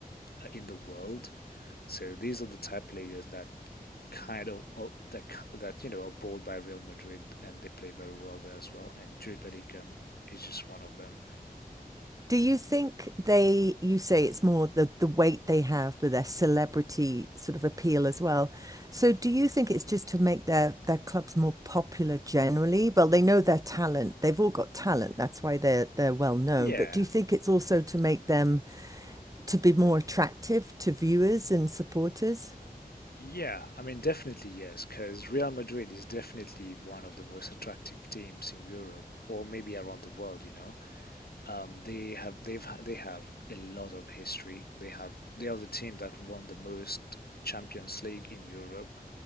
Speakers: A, on the left (about 75°); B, on the right (about 20°).
A: uh, in the world. So these are the type players that kind of uh, that ki- that you know are bought by Real Madrid and they play very well there as well. And Jude Bellingham is just one of them.
B: Do you think they, you say it's more the, the weight they have, but their celebrity sort of appeal as well. So do you think it's just to make their, their clubs more popular generally? Well, they know their talent. They've all got talent. That's why they're they're well known.
A: Yeah,
B: But do you think it's also to make them to be more attractive to viewers and supporters?
A: Yeah, I mean, definitely yes, because Real Madrid is definitely one of the most attractive teams in Europe or maybe around the world, you know. Um, they have they've ha- they have a lot of history. They have they are the team that won the most Champions League in Europe,